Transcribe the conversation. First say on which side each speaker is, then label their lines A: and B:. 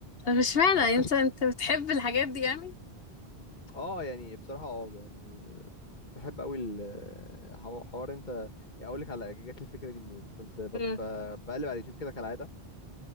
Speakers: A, on the left; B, on the left.
A: طب اشمعنى
B: <laughs> فكرت
A: انت انت بتحب الحاجات دي يعني؟
B: اه يعني بصراحه اه يعني بحب قوي الحوار انت يعني اقول لك على جات لي الفكره دي منين كنت بت-
A: مم.
B: ب- بقلب على اليوتيوب كده كالعاده